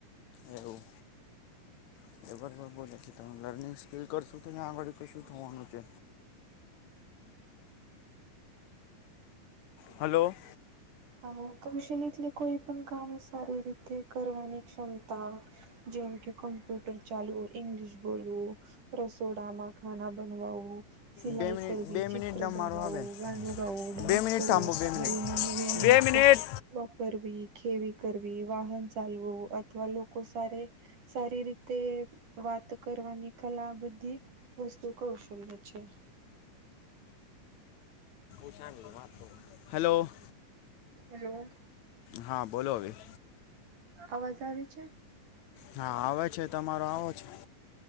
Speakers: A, on the left; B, on the right.
A: એવું. <unintelligible> પછી તમે લર્નિંગ સ્કીલ કરશો તો તં આગળ કઈ શું થવાનું છે? હાલો.
B: આમ કૌશલ્ય એટલે કોઈ પણ કામ સારી રીતે કરવાની ક્ષમતા. જેમ કે કમ્પ્યુટર ચાલુ હ ઈંગ્લિશ બોલવું, રસોડામાં ખાના બનવુ. સિલાઈ
A: બે મિનિટ
B: કરવી,
A: બે
B: ચિત્ર
A: મિનિટ ના
B: બનાવા,
A: મારો આવે
B: ગનો ગાવો, ડાન્સ
A: બે મિનિટ
B: કરવો,
A: થાંભો બે
B: મોબાઈલમાં
A: મિનિટ
B: <inaudible>
A: બે મિનિટ
B: કરવી, ખેવી કરવી, વાહન ચાલવું અથવા લોકો સાર સારી રીતે વાત કરવાની કલા બધી વસ્તુ કૌશલ્ય છે.
A: <inaudible> હાલો.
B: હાલો.
A: હા બોલો અભી.
B: અવાજ આવે છે?
A: હા આવે છે તમારો આવો છે. <inaudible>